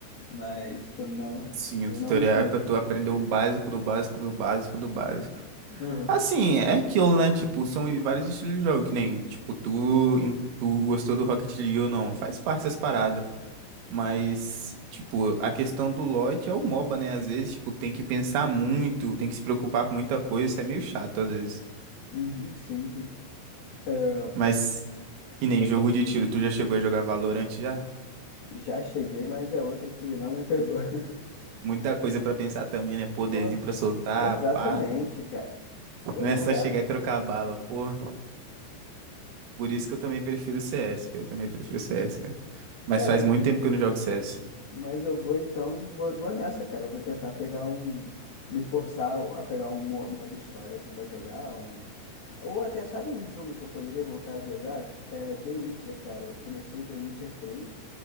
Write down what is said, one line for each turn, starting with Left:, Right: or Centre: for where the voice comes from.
Left: Mas, pô, não,
Right: Sim,
Left: não
Right: o tutorial
Left: me pegou.
Right: é pra tu aprender o básico do básico do básico do básico.
Left: Aham.
Right: Assim, é aquilo, né? Tipo, são vários estilos de jogo, que nem, tipo, tu, em- tu gostou do Rocket League ou não. Faz parte dessas paradas. Mas, tipo, a questão do lote é o MOBA, né? Às vezes, tipo, tem que pensar muito, tem que se preocupar com muita coisa, isso é meio chato às vezes.
Left: Uhum, sim, sim. É,
Right: Mas, que nem
Left: pode
Right: jogo
Left: falar.
Right: de tiro, tu já chegou a jogar Valorant já?
Left: Já cheguei, mas é outra que não me pegou. <laughs>
Right: Muita coisa pra pensar também, né? Poderzinho
Left: Pô,
Right: pra soltar,
Left: Exatamente,
Right: pá.
Left: cara. Pô,
Right: Não
Left: não
Right: é só
Left: dá.
Right: chegar e trocar bala, pô. Por isso que eu também prefiro o CS, eu também prefiro o CS, cara. Mas
Left: Cara,
Right: faz
Left: mas,
Right: muito tempo que eu não jogo CS.
Left: mas eu vou então, vou, vou nessa, cara. Eu vou tentar pegar um, me forçar a pegar um mo- modo história assim pra jogar, um ou até sabe um jogo que eu poderia voltar a jogar? É The Witcher, cara. Eu comecei The Witcher três